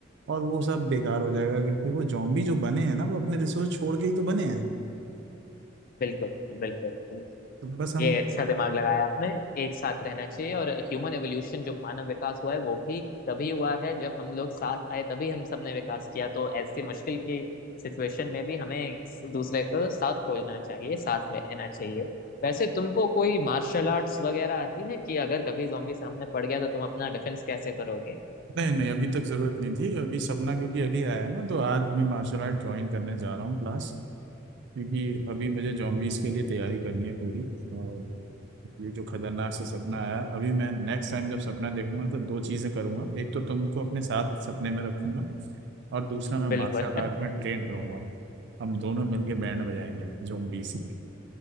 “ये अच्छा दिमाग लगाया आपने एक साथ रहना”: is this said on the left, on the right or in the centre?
Left